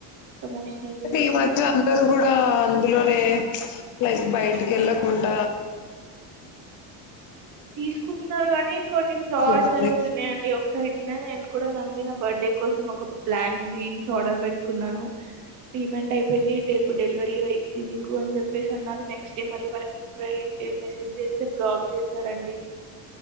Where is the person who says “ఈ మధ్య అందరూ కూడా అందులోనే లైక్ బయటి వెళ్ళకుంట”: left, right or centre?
Left